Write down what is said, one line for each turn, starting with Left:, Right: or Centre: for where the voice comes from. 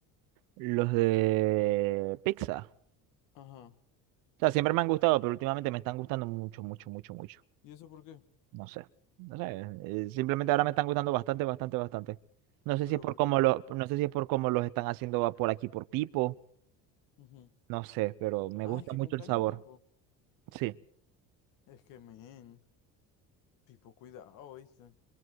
Right: los de pizza.
Left: Ajá.
Right: O sea, siempre me han gustado, pero últimamente me están gustando mucho, mucho, mucho, mucho.
Left: ¿Y eso por qué?
Right: No sé. No sé. eh, Simplemente ahora me están gustando bastante, bastante, bastante. No sé
Left: Pero
Right: si es por
Left: porque
Right: cómo
Left: pues.
Right: lo, no sé si es por cómo los están haciendo por aquí por Pipo.
Left: ujú.
Right: No sé, pero me
Left: Ah,
Right: gusta
Left: es que
Right: mucho
Left: compráis
Right: el sabor.
Left: en Pipo.
Right: Sí,
Left: Es que, men, Pipo, cuidado, ¿viste?